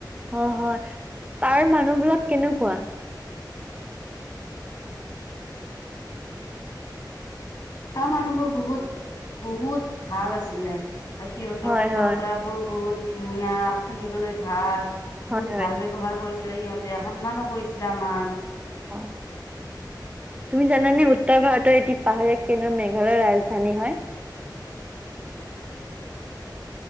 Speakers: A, on the right; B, on the left.
A: অঁ, হয় তাৰ মানুহ বিলাক কেনেকুৱা?
B: তাৰ মানুহবোৰ বহুত বহুত ভাল আছিলে। সিহঁতৰ
A: হয়,
B: কথা
A: হয়,
B: বতৰা বোৰ বহুত, ধুনীয়া শুনিবলৈ ভাল,
A: হয়,
B: বহুত
A: হয়
B: ভাল ব্যৱহাৰ কৰিছে। সিহঁতে সন্মাননো কৰিছিলে আমাক।
A: অ তুমি জানানে উত্তৰ ভাৰতৰ এটি পাহাৰীয়া কেন্দ্ৰ মেঘালয় ৰাজধানী হয়।